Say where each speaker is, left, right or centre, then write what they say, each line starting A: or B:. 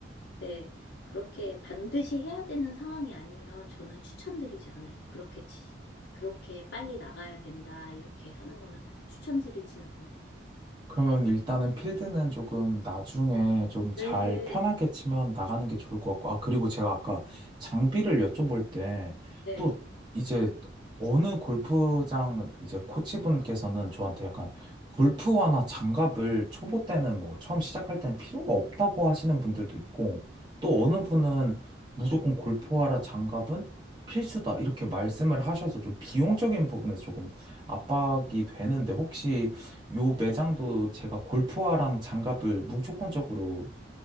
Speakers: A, on the left; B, on the right.
A: 네, 그렇게 반드시 해야 되는 상황이 아니면 저는 추천드리지 않아요. 그렇게 치, 그렇게 빨리 나가야 된다 이렇게 하는 거는 추천드리진 않아요.
B: 그러면 일단은 필드는 조금 나중에 좀
A: 네,
B: 잘 편하게 치면 나가는 게 좋을 것 같고, 아, 그리고 제가 아까 장비를 여쭤볼 때,
A: 네,
B: 또 이제 어느 골프장 이제 코치분께서는 저한테 약간 골프화나 장갑을 초보 때는 뭐 처음 시작할 땐 필요가 없다고 하시는 분들도 있고, 또
A: 음,
B: 어느 분은 무조건 골프화라 장갑은 필수다 이렇게 말씀을 하셔서 좀 비용적인 부분에서 조금 압박이 되는데 혹시 요
A: 네,
B: 매장도
A: 네.
B: 제가 골프화랑 장갑을 무조건적으로